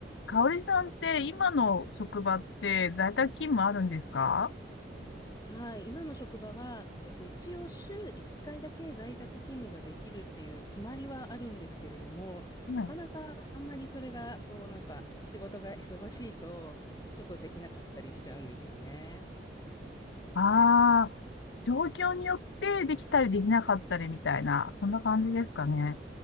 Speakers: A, on the left (about 90°); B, on the left (about 20°).
A: かおりさんって今の職場って在宅勤務あるんですか
B: はい、今の職場は、えっと、一応週1回だけ在宅勤務ができるっていう決まりはあるんですけれども、
A: はい。
B: なかなかあんまりそれが、こうなんか仕事が忙しいと、ちょっとできなかったりしちゃうんですよね。
A: ああ、状況によってできたりできなかったりみたいな、そんな感じですかね。